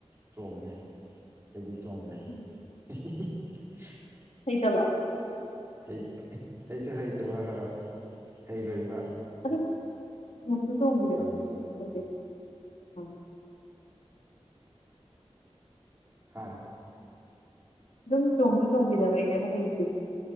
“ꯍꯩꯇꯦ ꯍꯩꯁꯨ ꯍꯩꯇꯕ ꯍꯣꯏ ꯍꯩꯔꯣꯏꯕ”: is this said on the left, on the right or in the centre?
Right